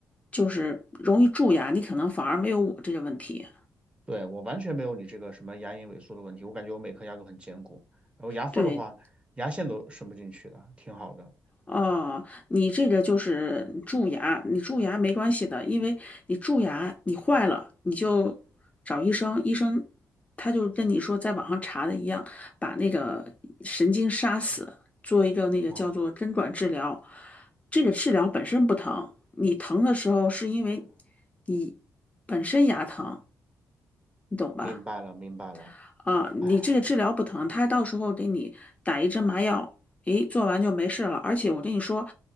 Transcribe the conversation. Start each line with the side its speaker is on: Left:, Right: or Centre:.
Left: 就是容易蛀牙，你可能反而没有我这个问题。
Right: 对，我完全没有你这个什么牙龈萎缩的问题，我感觉我每颗牙都很坚固，然后牙缝儿的话，
Left: 对，
Right: 牙线都伸不进去的，挺好的。
Left: 哦，你这个就是蛀牙，你蛀牙没关系的，因为你蛀牙你坏了，你就找医生，医生他就跟你说在网上查的一样，把那个神经杀死，做一个那个叫做根管治疗。
Right: 哦，
Left: 这个治疗本身不疼，你疼的时候是因为你本身牙疼，你懂吧？
Right: 明白了，明白了。
Left: 啊，你这个治疗不疼，
Right: 哎，
Left: 他到时候给你打一针麻药，诶，做完就没事了。而且我跟你说，